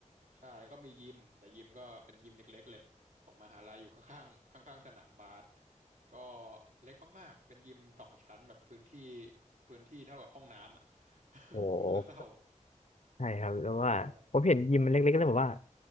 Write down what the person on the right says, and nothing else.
ใช่แล้วก็มียิมแต่ยิมก็เป็นยิมเล็กๆเลยของมหาลัยอยู่ข้างๆข้างๆสนามบาสก็เล็กมากๆเป็นยิมสองชั้นแบบพื้นที่พื้นที่เท่ากับห้องน้ำอะ
<laughs> พูดแล้วเศร้า
ใช่